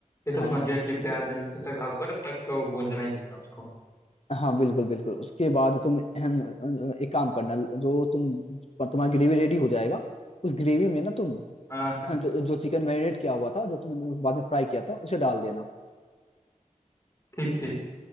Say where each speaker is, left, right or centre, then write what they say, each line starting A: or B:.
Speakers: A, on the left; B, on the left.
A: ये तो
B: हाँ
A: समझ गया कि प्याज जब तक लाल होगा तब तक तो भूंजना ही भूंजना उसको
B: हाँ बिल्कुल बिल्कुल उसके बाद तुम अहम, एक काम करना जो तुम तुम्हारा ग्रेवी रेडी हो जाएगा उस ग्रेवी में ना तुम
A: हाँ
B: जो जो चिकन मैरिनेट किया हुआ था जो तुमने बाद में फ्राई किया था उसे डाल देना
A: ठीक ठीक